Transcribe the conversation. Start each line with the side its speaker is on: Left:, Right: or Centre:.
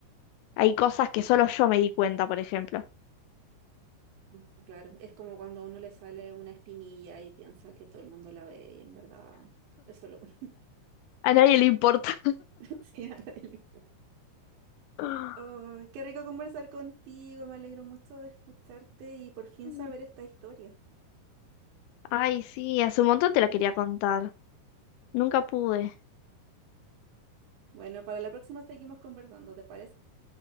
Left: Hay cosas que solo yo me di cuenta, por ejemplo.
Right: Ah, claro. Es como cuando a uno le sale una espinilla y piensa que todo el mundo la ve y en verdad es solo uno.
Left: A nadie le importa.
Right: <laughs> Sí, a nadie le importa.
Left: <gasps>
Right: Oh, qué rico conversar contigo, me alegro mucho de escucharte y por fin
Left: <laughs>
Right: saber esta historia.
Left: Ay, sí, hace un montón te lo quería contar. Nunca pude.
Right: Bueno, para la próxima seguimos conversando, ¿te parece?